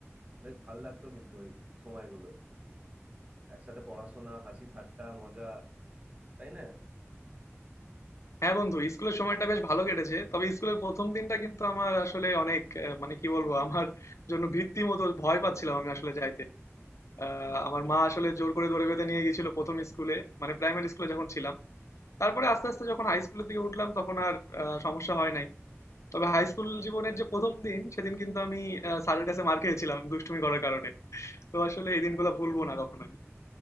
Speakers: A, on the right (about 30°); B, on the left (about 80°).
A: বেশ ভাল লাগতো কিন্তু ওই সময়গুলো একসাথে পড়াশোনা হাসি ঠাট্টা মজা তাই না
B: হ্যাঁ বন্ধু স্কুলের সময়টা বেশ ভালো কেটেছে তবে স্কুলের প্রথম দিনটা কিন্তু আমার আসলে অনেক আহ, মানে কি বলবো আমার জন্য ভীতি মতো ভয় পাচ্ছিলাম আমি আসলে যাইতে আহ, আমার মা আসলে জোর করে ধরে বেঁধে নিয়ে গেছিল প্রথম স্কুলে মানে প্রাইমারি স্কুলে যখন ছিলাম তারপরে আস্তে আস্তে যখন হাই স্কুলের দিকে উঠলাম তখন আর আহ, সমস্যা হয় নাই তবে হাই স্কুল জীবনের যে প্রথম দিন সেদিন কিন্তু আমি আহ, স্যারের কাছে মার খেয়েছিলাম দুষ্টুমি করার কারণে তো আসলে এই দিনগুলো ভুলবো না
A: <laughs>
B: কখনোই